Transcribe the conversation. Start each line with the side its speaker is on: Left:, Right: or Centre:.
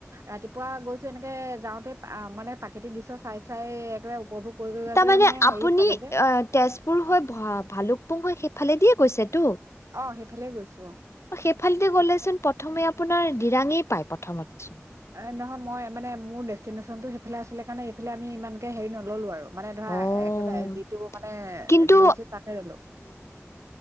Right: ৰাতিপুৱা গৈছো এনেকে যাওঁতে মানে প্ৰাকৃতিক দৃশ্যত চাই চাই একেবাৰে উপভোগ কৰি কৰি আছো
Left: তাৰ মানে
Right: হেৰি
Left: আপুনি
Right: পালোগে
Left: তেজপুৰ হৈ ভালুকপুং হৈছেই ফালেদিয়ে কৈছেতো
Right: অ সেইফালে গৈছো
Left: সেইফালতে গলেচোন প্ৰথমে আপোনাৰ ডিৰাঙেই পায় প্ৰথমতেচোন
Right: এ নহয় মই মানে মোৰ ডেষ্টিনেশ্যনতটো সেইফালে আছিলে কাৰণে এইফালে আমি ইমানকে হেৰি নললো আৰু মানে ধৰা
Left: অ',
Right: একেবাৰে যিটো মানে
Left: কিন্তু
Right: লৈছো তাতে ৰলো